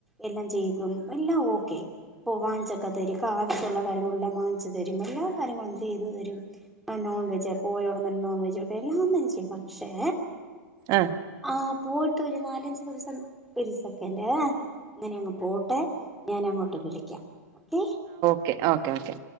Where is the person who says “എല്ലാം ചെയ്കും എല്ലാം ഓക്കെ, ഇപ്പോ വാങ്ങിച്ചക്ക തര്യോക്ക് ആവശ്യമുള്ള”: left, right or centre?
Centre